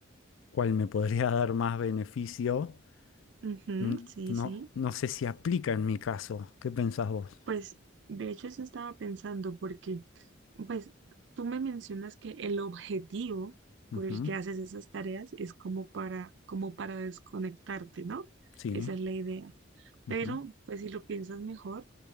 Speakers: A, on the left; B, on the right.
A: cuál me podría <laughs> dar más beneficio,
B: Ujú,
A: mm,
B: sí,
A: no,
B: sí.
A: no sé si aplica en mi caso. ¿Qué pensás vos?
B: Pues, de hecho, eso estaba pensando porque, pues, tú me mencionas que el objetivo por
A: Ujú,
B: el que haces esas tareas es como para, como para desconectarte, ¿no?
A: Sí.
B: Esa es la idea.
A: Ujú.
B: Pero, pues, si lo piensas mejor,